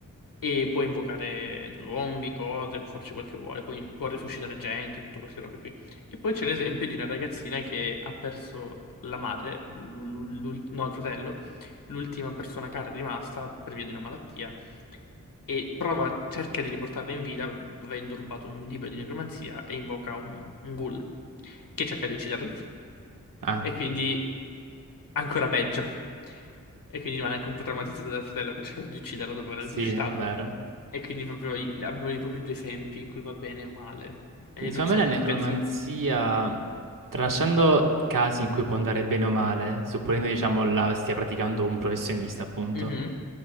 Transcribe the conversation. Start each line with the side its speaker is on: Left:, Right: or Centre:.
Left: E può invocare zombie, cose, può farci quel che vuole, poi può risuscitare gente, tutte queste robe qui. E poi c'è l'esempio di una ragazzina che ha perso la madre, l'u- l'u- l'ul- no, il fratello, l'ultima persona cara rimasta per via di una malattia, e prova, cerca di riportarla in vita avendo rubato un libro di necromanzia e invoca un, un ghoul che cerca di ucciderla.
Right: Ah,
Left: E quindi ancora peggio. E quindi rimane anche un po' traumatizzato dal fratello che ha cercato di ucciderlo dopo aver
Right: sì,
Left: risuscitato.
Right: è vero.
Left: E quindi proprio i- abbiamo i- proprio i due esempi in cui va bene e male. E
Right: Quindi
Left: non
Right: secondo
Left: so,
Right: me la necromanzia,
Left: penso...
Right: tralasciando i casi in cui può andare bene o male, supponendo diciamo la stia praticando un professionista, appunto,
Left: Mhm.